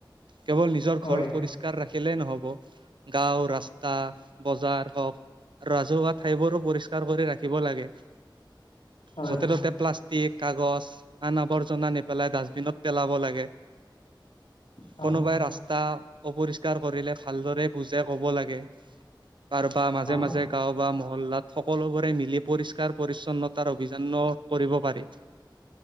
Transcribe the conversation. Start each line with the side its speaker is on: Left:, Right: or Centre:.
Right: কেৱল নিজ। জৰ
Left: হয়,
Right: ঘৰ পৰিষ্কাৰ ৰাখিলে নহব গাঁও ৰাস্তা বজাৰ হওক। আৰু ৰাজহুৱা ঠাইবোৰো পৰিষ্কাৰ কৰি ৰাখিব লাগে।
Left: হয়,
Right: য'তে ত'তে প্লাষ্টিক কাগজ আন আৱৰ্জনা নেপেলাই ডাষ্টবিনত পেলাব লাগে।
Left: হয়,
Right: কোনোবাই ৰাস্তা। অপৰিষ্কাৰ কৰিলে ভালদৰে বুজাই কব লাগে কাৰোবা মাজে
Left: হয়,
Right: মাজে। গাঁও বা মহল্লাত সকলোবোৰে মিলি পৰিষ্কাৰ। পৰিচ্ছন্নতাৰ অভিযান কৰিব পাৰি।